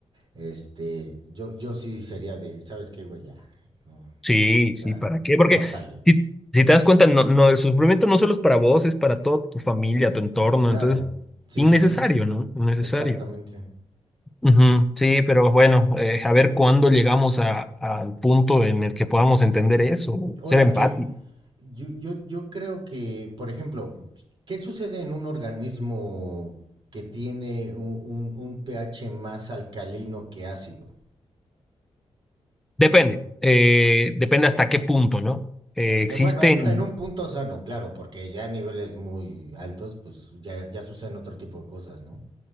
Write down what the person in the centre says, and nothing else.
Sí,
sí, ¿para qué? Porque
si, si te das cuenta, no, no, el sufrimiento no solo es para vos, es para toda tu familia, tu entorno,
entonces,
innecesario,
¿no? Innecesario.
Ujú, Sí, pero bueno, eh, a ver cuándo llegamos a, al punto en el que podamos entender eso,
ser empáticos.
Depende, eh, depende hasta qué punto, ¿no? Eh, existen...